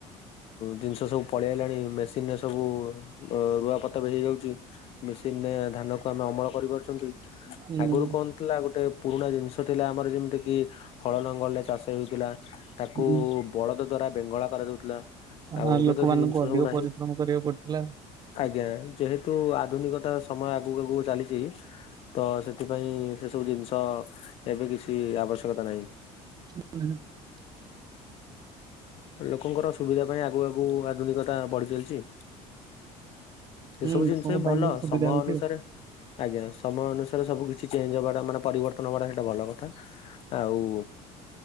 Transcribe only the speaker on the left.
ଜିନିଷ ସବୁ ପଳେଇ ଆଇଲାଣି ମେସିନରେ ସ ସବୁ ରୁଆ ପୋତା ବି ହେଇଯାଉଛି, ମେସିନରେ ଧାନକୁ ଆମେ ଅମଳ କରିପାରୁଛନ୍ତି ।
ଆଗରୁ କଣ ଥିଲା ଗୋଟେ ପୁରୁଣା ଜିନିଷ ଥିଲା ଆମର ଯେମିତି କିି ହଳ ଲଙ୍ଗଲରେ ଚାଷ ହେଉଥିଲା। ତାକୁ
ବଳଦ ଦ୍ଵାରା ବେଙ୍ଗଳା କରାଯାଉଥିଲା। ଆଉ
ଏବେ
ତ ସେ ଜିନିଷ
ସବୁ ନାହିଁ
ଆଜ୍ଞା ଯେହେତୁ ଆଧୁନିକତା ସମୟ ଆଗକୁ ଆଗକୁ ଚାଲିଛି। ତ ସେଥିପାଇଁ ସେ ସବୁ ଜିନିଷ ଏବେ କିଛି ଆବଶ୍ୟକତା ନାହିଁ।
ଲୋକଙ୍କର ସୁବିଧା ପାଇଁ ଆଗୁ ଆଗକୁ ଆଧୁନିକତା ବଢ଼ି ଚାଲିଛି।
ଏସବୁ
ଜିନିଷ ବି
ଭଲ,
ସମୟ
ଅନୁସାରେ
ଆଜ୍ଞା ସମୟ ଅନୁସାରେ ସବୁ କିଛି ଚେଞ୍ଜ ହବାଟା ମାନେ ପରିବର୍ତ୍ତନ ହବାଟା ସେଇଟା ଭଲ କଥା, ଆଉ